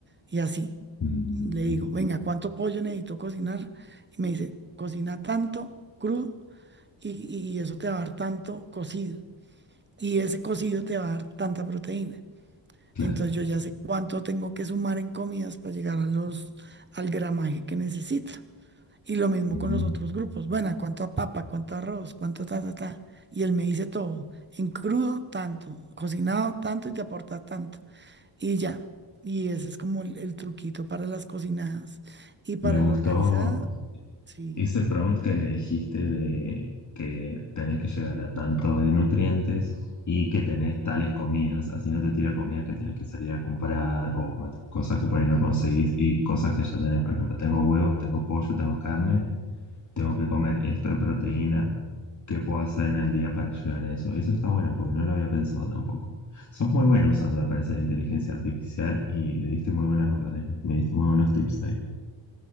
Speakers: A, on the right; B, on the left.
A: Y así
B: Mm,
A: le digo, venga, ¿cuánto pollo necesito cocinar? Y me dice, cocina tanto crudo y, y eso te va a dar tanto cocido. Y ese cocido te va a dar tanta proteína.
B: claro.
A: Entonces yo ya sé cuánto tengo que sumar en comidas para llegar a los, al gramaje que necesito. Y lo mismo
B: Mm.
A: con los otros grupos. Bueno, ¿cuánto a papa? ¿Cuánto arroz? ¿Cuánto ta, ta, ta? Y él me dice todo. En crudo, tanto. Cocinado, tanto y te aporta tanto. Y ya. Y ese es como el, el truquito para las cocinadas. Y para
B: Me gustó
A: la organizada, sí.
B: Ese prompt que le dijiste de que tenés que llegar a tanto de nutrientes y que tenés tales comidas, así no te tira comidas que tenés que salir a comprar o mate- cosas que por ahí no conseguís y cosas que ya tenés, por ejemplo, tengo huevos, tengo pollo, tengo carne, tengo que comer esto de proteína, ¿qué puedo hacer en el día para llegar a eso? Eso está bueno porque no lo había pensado tampoco. Sos muy bueno usando, me parece, la inteligencia artificial y le diste muy buenas órdenes, me diste muy buenos tips ahí.